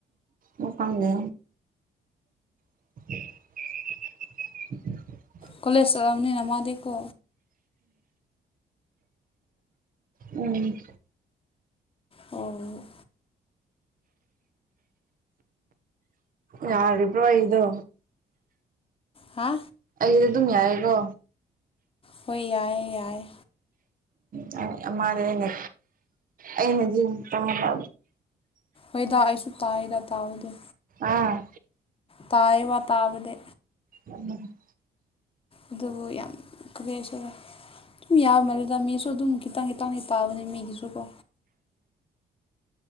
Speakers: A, on the right; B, on the left.
A: ꯃꯀꯪꯗꯦ <unintelligible>
B: ꯀ꯭ꯣꯂꯦꯖ ꯆꯠꯂꯝꯅꯤꯅ ꯃꯥꯗꯤꯀꯣ
A: ꯎꯝ ꯎꯝ
B: ꯑꯣ
A: <inaudible> ꯌꯥꯔꯤꯕ꯭ꯔꯣ ꯑꯩꯗꯣ
B: ꯍꯥ
A: ꯑꯩꯗꯣ ꯑꯗꯨꯝ ꯌꯥꯔꯤꯒꯣ
B: ꯍꯣꯅ ꯌꯥꯥꯏꯌꯦ ꯌꯥꯏꯌꯦ
A: ꯎꯝ ꯑꯃꯗꯤ ꯑꯩꯅ ꯑꯩꯅꯗꯤ ꯄꯥꯝꯕ
B: ꯍꯣꯏꯗ ꯑꯩꯁꯨ ꯇꯥꯏꯌꯦꯗ ꯇꯥꯕꯗꯤ
A: ꯑꯥ
B: ꯇꯥꯏꯌꯦꯕ ꯇꯥꯕꯗꯤ
A: ꯎꯝ
B: ꯑꯗꯨꯕꯨ ꯌꯥꯝ ꯀꯔꯤ ꯍꯥꯏꯁꯤ ꯑꯗꯨꯝ ꯌꯥꯝꯕꯅꯦꯗ ꯃꯤꯁꯨ ꯑꯗꯨꯝ ꯈꯤꯇꯪ ꯈꯤꯇꯪꯗꯤ ꯇꯥꯎꯕꯅꯤ ꯃꯥꯒꯤꯁꯨꯀꯣ